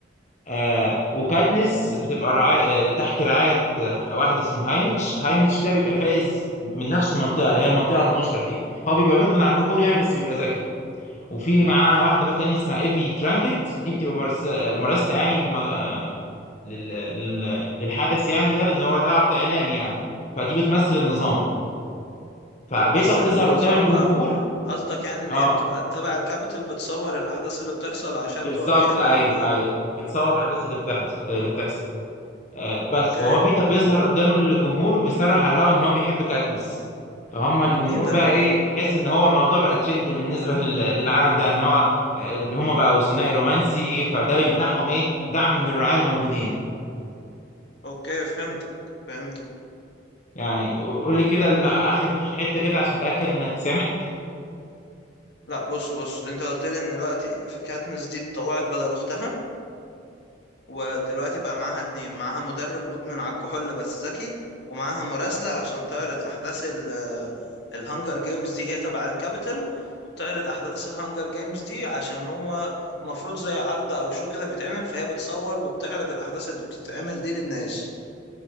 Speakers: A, on the left (about 40°); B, on the left (about 60°).
A: آه وكاتنس بتبقى رعاية آه تحت رعاية آه، واحد اسمه هايمتش هايمتش ده بيبقى فايز من نفس المنطقة اللي هي المنطقة 12 دي هو بيبقى مدمن على الكحول يعني بس بيبقى ذكي وفي معاه واحدة بقى تانية اسمها ايفي ترانكت دي بتبقى مرس- آه، مرستة يعني آه، لل... لل... للحدث يعني ده لأن هو ده عرض إعلامي يعني فدي بتمثل النظام فبيتها
B: بتمثل
A: بتظهر
B: النظام
A: قدام الجمهور
B: أو قصدك يعني إن
A: اه
B: هي بتبقى تبع الكابيتال بتصور الأحداث اللي بتحصل عشان
A: بالظبط
B: توريها
A: ايوه
B: لل
A: ايوه بتصور الاحداث اللي بتحصل اللي بتحصل آه، بس
B: أوكي
A: فهو بيتا بيظهر قدام الجمهور وبيصرح على الهوا ان هو بيحب كاتنس فهم الجمهور
B: مين ده
A: بقى ايه تحس ان هو الموضوع بقى ترند بالنسبه لل- للعالم ده ان هو آه، اللي هم بقوا ثنائي رومانسي فده بيمنحهم ايه دعم من الرعاة الموجودين
B: اوكي فهمتك فهمتك
A: يعني قول لي كده ال- اخر حته كده عشان اتاكد انك سامع
B: لا بص بص انت قلت لي ان دلوقتي في كاتنس دي اتطوعت بدل اختها ودلوقتي بقى معاها اتنين معاها مدرب مدمن على الكحول بس ذكي ومعاها مراسلة عشان تعرض احداث ال الهانجر جيمز دي هي تبع الكابيتال وبتعرض احداث الهانجر جيمز دي عشان هو مفروض زي عرض او شو كده بيتعمل فهي بتصور وبتعرض الاحداث اللي بتتعمل دي للناس